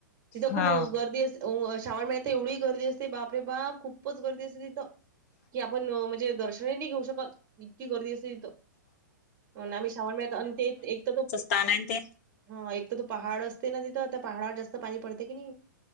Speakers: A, on the right; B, on the left.
A: तिथं
B: हा
A: खूप गर्दी अस- हो. श्रावण महिन्यात त एवढी गर्दी असते बापरे बाप. खूपच गर्दी असते तिथं. कि आपण म्हणजे दर्शनही नाही घेऊ शकत. इतकी गर्दी असते तिथं. <unintelligible> आम्ही श्रावण महिन्यात आणि ते एक तर तो-
B: तान न ते.
A: हा. एक तर तो पहाड असते ना तिथं? त्या पहाडवर जास्त पाणी पडते की नाही?